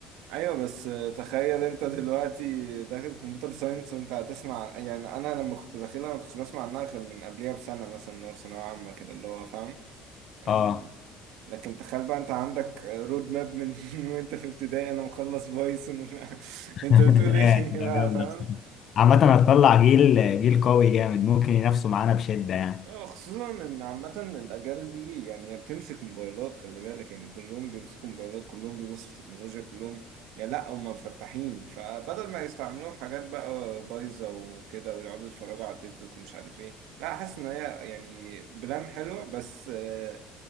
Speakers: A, on the right; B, on the left.
A: ايوه بس تخيل انت دلوقتي داخل كمبيوتر ساينس وانت هتسمع يعني انا لما كنت داخلها ما كنتش بسمع عنها غير من قبلها بسنه مثلا اللي هو في ثانويه عامه كده اللي هو فاهم يعني
B: اه
A: لكن تخيل بقى انت عندك رود ماب من <laughs> وانت في ابتدائي انا مخلص بايثون ومش عارف-
B: <laughs>
A: <laughs> انت بتقول ايه
B: ايه ده
A: بقى
B: جامدة
A: فاهم
B: بصراحة عامة هتطلع جيل جيل قوي جامد ممكن ينافسوا معانا بشدة يعني
A: اه خصوصا ان عامة الاجيال دي يعني هي بتمسك موبايلات خلي بالك يعني كلهم بيمسكوا موبايلات كلهم بيبصوا في التكنولوجيا كلهم يعني لا هم مفتحين فبدل ما يستعملوها في حاجات بقى بايظة وكده ويقعدوا يتفرجوا على التيك توك ومش عارف ايه لا حاسس ان هي يعني بلان حلوة بس آه،